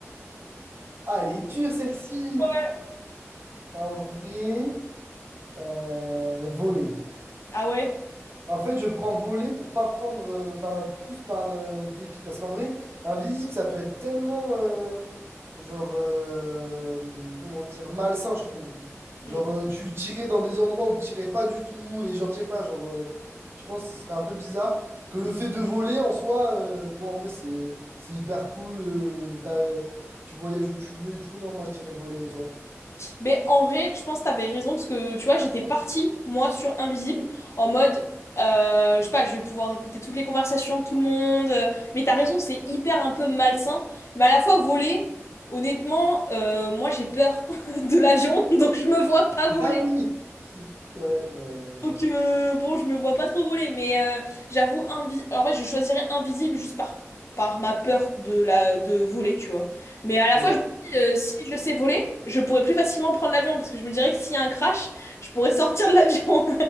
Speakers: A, on the right; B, on the left.
A: Ah, elle est dure celle-ci!
B: Ouais.
A: En vrai. Euh, voler.
B: Ah ouais?
A: En fait, je prends voler pour pas prendre, euh, enfin, plus par euh, dépit. Parce qu'en vrai, invisible, ça peut être tellement, euh, genre, euh, comment dire, malsain, je trouve.
B: Oui.
A: Genre, euh, tu tirais dans des endroits où tu tirais pas du tout. Et genre, je sais pas, genre, euh, je pense que ce serait un peu bizarre que le fait de voler en soi, euh, bon, en vrai, c'est, c'est hyper cool. euh, t'as, euh, tu voyages où tu veux et tout. Non, moi, je dirais voler, et toi?
B: Mais en vrai, je pense que t'avais raison parce que tu vois, j'étais partie, moi, sur Invisible, en mode, euh, je sais pas, je vais pouvoir écouter toutes les conversations de tout le monde. euh, mais t'as raison, c'est hyper un peu malsain. Mais à la fois, voler, honnêtement, euh, moi, j'ai peur <laughs> de l'avion, donc je me vois pas voler.
A: Ah oui! <laughs> Ouais, ben,
B: Donc
A: ouais. ouais.
B: euh, bon, je me vois pas trop voler, mais euh, j'avoue invi- Alors, en fait, je choisirais invisible juste par par ma peur de la de voler, tu vois. Mais à la
A: De
B: fois,
A: la...
B: je me dis euh, si je sais voler, je pourrais plus facilement prendre l'avion parce que je me dirais que s'il y a un crash, je pourrais <laughs> sortir de l'avion.